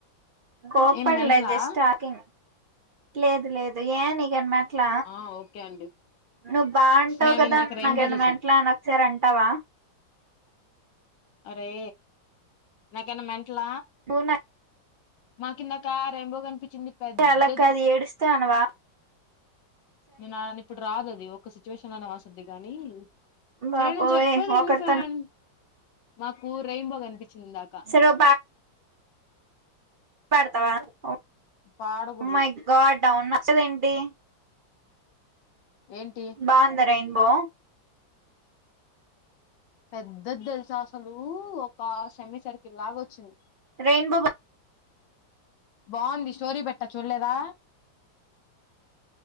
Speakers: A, on the right; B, on the left.
A: కోపడలే
B: ఏం మెంటలా
A: జస్ట్ టాకింగ్ లేదు లేదు ఏ నీకు మన్ ట్ల
B: ఆ ఓకే అండి
A: నువ్వు బాగుంటావవు
B: మేము
A: కదా
B: ఇందాక రెయిన్బో
A: నాకేమన్నా
B: చూసాం
A: మెంట్లాని ఒకసారి అంటావా
B: అరే నాకేన్న మెంట్ల
A: పూనా
B: మాకిందాకా రెయిన్బో కనిపించింది పెద్దది
A: అంటే అలా కాదు ఏడుస్తూ అనవ
B: నాను ఇప్పుడు రాదు అది ఒక సిచ్యువేషన్ అనే వసది కాని
A: బాబోయ్
B: సరే నేను చెప్పేది విను
A: ఒకరితో
B: ఫ్రెండ్ మాకు రెయిన్బో కనిపించింది ఇందాక
A: సరే ఓ పెడతావా ఒ
B: పాడకూడదు
A: మై గాడ్ అవున వస్తద ఏంటి
B: ఏంటి
A: బాంద రైన్ బో
B: పెద్దది తెలుసా అసలు ఒక సెమీ సర్కిల్ లాగ వచ్చింది
A: రెయిన్బో బ
B: బాగుంది స్టోరీ పెట్టా చుల్లేదా